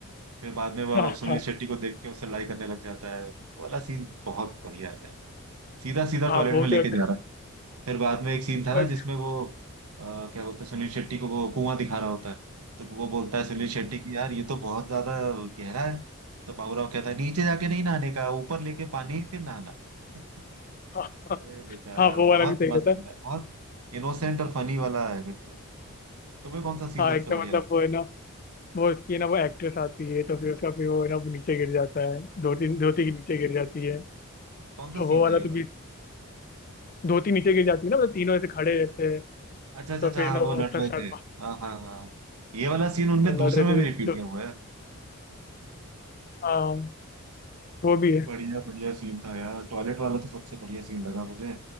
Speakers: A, on the right (about 80°); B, on the left (about 40°).
A: फिर बाद में वो
B: हाँ
A: सुनील
B: हाँ
A: शेट्टी को देख के उससे लड़ाई करने लग जाता है वो वाला सीन बहुत बढ़िया है सीधा सीधा
B: हाँ,
A: टॉयलेट
B: वो
A: में
B: तो
A: लेके
B: एकदम
A: जा रहा है फिर बाद में एक सीन था
B: हाँ
A: ना जिसमें वो अ, क्या बोलते हैं सुनील शेट्टी को वो कुआं दिखा रहा होता है तो वो बोलता है सुनील शेट्टी की यार ये तो बहुत ज्यादा गहरा है तो बाबूराव कहता है नीचे जाके नहीं नहाने का ऊपर लेके पानी ही फिर नहाना <laughs>
B: हाँ हाँ
A: अरे बेचारा
B: हाँ, वो
A: बहुत
B: वाला भी सही रहता
A: मस्त
B: है
A: है यार, बहुत इनोसेंट और फनी वाला है बिल्कुल तुम्हें कौन सा सीन
B: हाँ
A: सबसे
B: एकदम
A: बढ़िया
B: मतलब
A: लगता
B: वो है
A: है
B: ना वो उसकी है ना वो एक्ट्रेस आती है तो फिर उसका फिर वो है ना वो नीचे गिर जाता है धोती धोती के नीचे गिर जाती है तो
A: कौन सा
B: वो
A: सीन
B: वाला
A: था ये
B: तो
A: वाला
B: भी धोती नीचे गिर जाती है ना मतलब तीनों ऐसे खड़े रहते हैं
A: अच्छा अच्छा
B: तो
A: अच्छा
B: फिर
A: हाँ
B: ना
A: वो
B: वो
A: लड़
B: उसका
A: रहे
B: शर्मा
A: थे हाँ हाँ हाँ ये वाला सीन उनने
B: लड़
A: दूसरे
B: रहे
A: में
B: थे
A: भी रिपीट
B: तो
A: किया हुआ है
B: हाँ वो भी है
A: बढ़िया बढ़िया सीन था यार टॉयलेट वाला तो सबसे बढ़िया सीन लगा मुझे